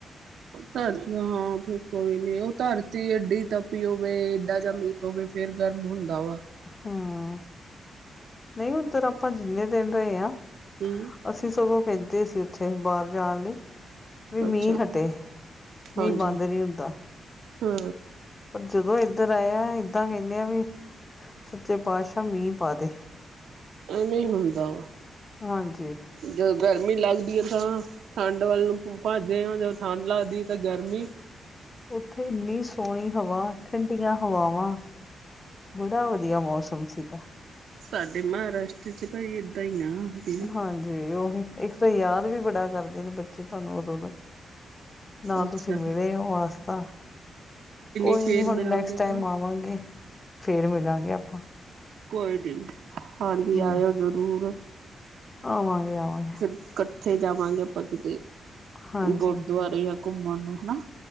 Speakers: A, on the right; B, on the left.
A: ਧਰਤੀ ਹਾਂ ਫੇਰ ਕੋਈ ਨੀ ਉਹ ਧਰਤੀ ਏਡੀ ਤਪੀ ਹੋਵੇ ਏਡਾ ਜਾ ਮ ਸੋਵੇ ਫਿਰ ਗਰਮ ਹੁੰਦਾ ਵਾ
B: ਹੂੰ ਨਹੀਂ ਹੁਣ ਤੇ ਆਪਾਂ ਜਿੰਨੇ ਦਿਨ ਰਹੇ ਹਾਂ
A: ਹੂੰ
B: ਅਸੀਂ ਸਗੋਂ ਕਹਿੰਦੇ ਸੀ ਉੱਥੇ ਬਾਹਰ ਜਾਣ ਲਈ ਵੀ ਮੀਂਹ
A: ਅੱਛਾ
B: ਹਟੇ ਮੀਂਹ
A: ਹਾਂਜੀ
B: ਬੰਦ ਨਹੀਂ ਹੁੰਦਾ
A: ਹਾਂ
B: ਪਰ ਜਦੋਂ ਇਧਰ ਆਇਆ ਏਦਾਂ ਕਹਿੰਦੇ ਆ ਵੀ ਸੱਚੇ ਪਾਤਸ਼ਾਹ ਮੀਂਹ ਪਾ ਦੇ
A: ਐਵੇਂ ਹੁੰਦਾ ਵਾ
B: ਹਾਂਜੀ
A: ਜਦੋਂ ਗਰਮੀ ਲੱਗਦੀ ਐ ਤਾਂ ਠੰਡ ਵੱਲ ਨੂੰ <unintelligible> ਆ ਜਦੋਂ ਠੰਡ ਲੱਗਦੀ ਤਾਂ ਗਰਮੀ
B: ਉੱਥੇ ਇੰਨੀ ਸੋਹਣੀ ਹਵਾ ਠੰਡੀਆਂ ਹਵਾਵਾਂ ਬੜਾ ਵਧੀਆ ਮੌਸਮ ਤੁਮ ਸੀਗਾ
A: ਸਾਡੇ ਮਹਾਰਾਸ਼ਟਰ ਚ ਭਾਈ ਏਦਾਂ ਹੀ ਆ ਦੀਦੀ।
B: ਹਾਂਜੀ ਉਹੀ ਇੱਕ ਤਾਂ ਯਾਦ ਵੀ ਬੜਾ ਕਰਦੇ ਨੇ ਬੱਚੇ ਤੁਹਾਨੂੰ ਉਦੋਂ ਦਾ ਨਾ
A: ਅੱਛਾ
B: ਤੁਸੀਂ ਮਿਲੇ ਹੋ ਵਾਸ ਤਾਂ ਕੋਈ
A: ਫੇਰ
B: ਨੀ ਹੁਣ
A: ਮਿਲਾਂਗੇ
B: ਨੈਕਸਟ
A: ਆਪਾਂ
B: ਟਾਈਮ ਆਵਾਂਗੇ ਫੇਰ ਮਿਲਾਂਗੇ ਆਪਾਂ
A: ਕੋਈ ਨੀ ਹਾਂਜੀ
B: ਹੂੰ
A: ਆਇਓ ਜਰੂਰ
B: ਆਵਾਂਗੇ ਆਵਾਂਗੇ
A: ਇਕੱਠੇ ਜਾਵਾਂਗੇ ਆਪਾਂ ਕਿਤੇ
B: ਹਾਂਜੀ
A: ਗੁਰਦੁਆਰੇ ਜਾਂ ਘੁੰਮਣ ਨੂੰ ਹਨਾ